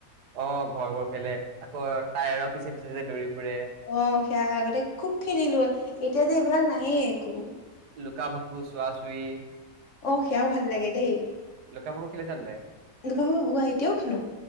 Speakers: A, on the right (about 85°); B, on the left (about 55°).
A: অ ঘৰ ঘৰ খেলে। আকৌ টায়াৰৰ পিছে পিছে যে দৌৰি ফুৰে
B: অ সেয়া আগতে খুব খেলিলো। এতিয়া যে এইবিলাক নাই। এ একো
A: লুকা ভাকু, চুুৱা চুই,
B: অ সেয়াও ভাল লাগে দেই।
A: লুকা ভাকো খেলিছা নে নাই?
B: দু গোৱা এতিয়াও খেলো।